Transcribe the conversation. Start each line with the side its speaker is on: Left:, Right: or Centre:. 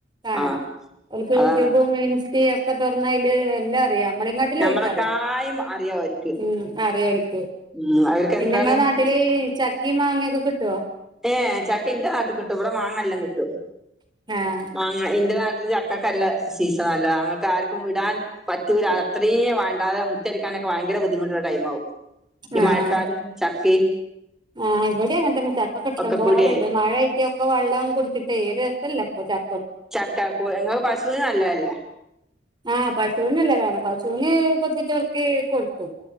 Right: കാണാൻ
Centre: ആഹ്
Right: അവർക്ക്
Centre: അതാണ്
Right: യൂട്യൂബും ഇൻസ്റ്റും ഒക്കെ തുറന്നതില് എല്ലാ ഞമ്മളക്കാട്ടലും
Centre: നമ്മളെക്കായും
Right: ഓൽകറിയ
Centre: അറിയാ ഓര്ക്ക്
Right: ഉ അറിയഓൽക്.
Centre: ഉം അവർക്ക്
Right: പിന്നെ
Centre: എന്താണ്
Right: ങ്ങളെ നാട്ടില് ചക്കിം മാങ്ങക്കെ കിട്ടോ
Centre: ഏ ചക്ക ഇന്റെ നാട്ട്ക്ക് കിട്ടോ ഇവിടെ മാങ്ങ എല്ലം കിട്ടും
Right: ആഹ്
Centre: മാങ്ങ ഇന്റെ നാ ചക്കക്കല്ല സീസണലോ അങ്ങക്ക് ആർക്കും വിടാൻ പറ്റൂല അത്രയും വേണ്ടാതെ മുറ്റടിക്കാൻ ഭയങ്കര ബുദ്ധിമുട്ടുള്ള ടൈമാവും ഈ
Right: ആഹ
Centre: മഴക്കാലം ചക്കേം
Right: ആ ഇവിടെ അങ്ങനെ തന്നെ ച ഇഷ്ട്ടം
Centre: ഒക്കെ
Right: പോലെണ്ട്
Centre: കൂടിയേ
Right: മഴ ആയ്ട്ട് ഒക്കെ വള്ളം കുട്ച്ച്ട്ട് <unintelligible> രസംല്ല ഇപ്പ ച
Centre: ചക്കാക്കൂ ഇങ്ങക്ക് പശു നല്ലഅല്ലേ
Right: ആഹ് പശുവിനല്ലതാണ് പശുവിന് കൊത്തി ചോർക്ക് കൊടുക്കും.